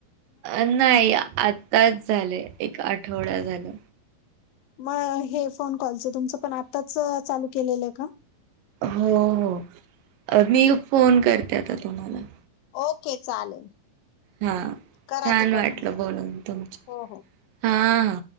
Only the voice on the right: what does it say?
अ नाही आत्ताच झालं एक आठवडा झाला.
हो हो मी फोन करते आता तुम्हाला
हा
छान
वाटल बोलून तुमच
हा हा